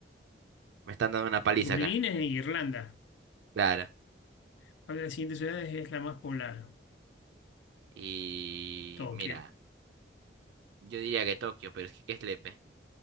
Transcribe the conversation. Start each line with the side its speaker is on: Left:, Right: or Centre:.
Right: Me están dando una paliza
Left: Dublín
Right: acá.
Left: es en Irlanda.
Right: Claro.
Left: ¿Cuál de las siguientes ciudades es la más poblada?
Right: Y
Left: Tokio,
Right: mira, yo diría que Tokio, pero es que ¿qué es Lepe?